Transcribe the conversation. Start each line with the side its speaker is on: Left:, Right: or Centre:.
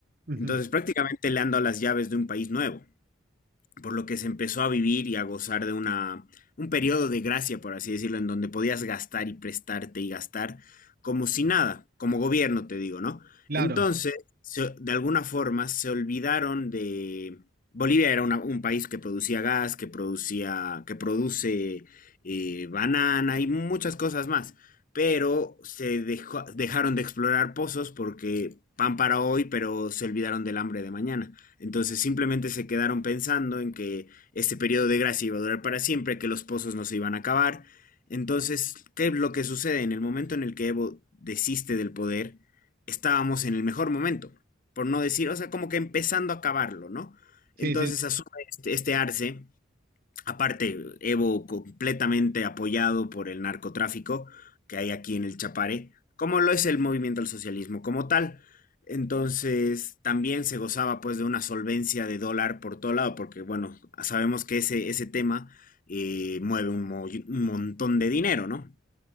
Right: Ujú.
Left: Entonces prácticamente le han dado las llaves de un país nuevo por lo que se empezó a vivir y a gozar de una, un periodo de gracia, por así decirlo, en donde podías gastar y prestarte y gastar como si nada, como gobierno te digo, ¿no?
Right: Claro.
Left: Entonces, se- de alguna forma se olvidaron de... Bolivia era una- un país que producía gas, que producía, que produce eh, banana y muchas cosas más, pero se dejó- dejaron de explorar pozos porque pan para hoy, pero se olvidaron del hambre de mañana. Entonces simplemente se quedaron pensando en que este periodo de gracia iba a durar para siempre, que los pozos no se iban a acabar. Entonces, ¿qué es lo que sucede? En el momento en el que Evo desiste del poder, estábamos en el mejor momento, por no decir, o sea, como que empezando a acabarlo, ¿no?
Right: Sí,
Left: Entonces
Right: sí,
Left: asume este, este arce Aparte, Evo completamente apoyado por el narcotráfico que hay aquí en el Chapare, como lo es el movimiento al socialismo como tal. Entonces, también se gozaba pues de una solvencia de dólar por todo lado, porque bueno, sabemos que ese, ese tema eh, mueve un, mo- un montón de dinero, ¿no?